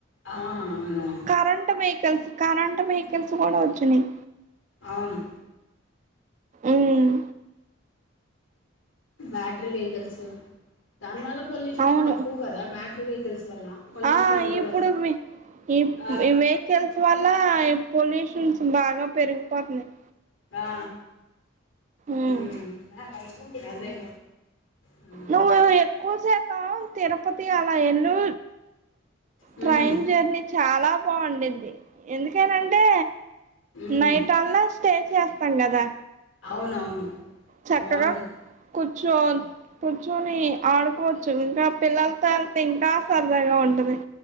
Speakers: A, on the left; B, on the right.
A: ఆహ్ అవును
B: కరెంట్ వెహికల్స్ కరెంట్ వహికల్స్ కూడా వచ్చినయ్
A: అవును
B: ఉమ్
A: బ్యాటరీ వెహికల్స్ దాని వల్ల పొల్యూషన్
B: అవును
A: తక్కువ కదా బ్యాటరీ వెహికల్స్ వల్ల పొల్యూషన్
B: ఆ
A: ఉండదు.
B: ఇప్పుడు వీ ఈ
A: ఆ!
B: ఇవే కల్సు వల్ల పొల్యూషన్స్ బాగా పెరిగిపోతున్నాయ్
A: ఆ
B: ఉమ్
A: హ్మ్ అదే హ్మ్.
B: నువ్వు ఎక్కువ సేపు ఆవ్ తిరుపతి అలా ఎల్లు
A: హ్మ్.
B: ట్రైన్ జర్నీ చాలా బాగుండిది ఎందుకేనంటే
A: హ్మ్.
B: నైట్ అల్లా స్టే చేస్తాం కదా
A: అవునవును
B: చక్కగా
A: బావుంటది.
B: కుచ్చొన్ కూర్చుని ఆడుకోవచ్చు ఇంకా పిల్లలతో ఎలితే ఇంకా సరదాగా ఉంటది